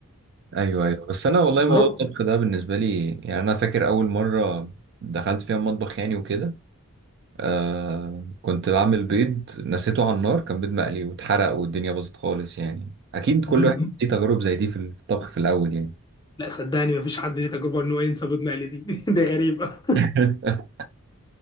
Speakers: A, on the right (about 55°); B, on the left (about 20°).
A: ايوه ايوه بس انا والله موضوع
B: ضرب
A: الطبخ ده بالنسبه لي يعني انا فاكر اول مره دخلت فيها المطبخ يعني وكده آه كنت بعمل بيض نسيته على النار كان بيض مقلي واتحرق والدنيا باظت خالص يعني اكيد كل
B: ضرب-
A: واحد ليه تجارب زي دي في الطبخ في الاول يعني
B: لا صدقني مفيش حد ليه تجربه ان هو ينسى بيض مقلي دي <laughs> دي غريبه
A: <laughs>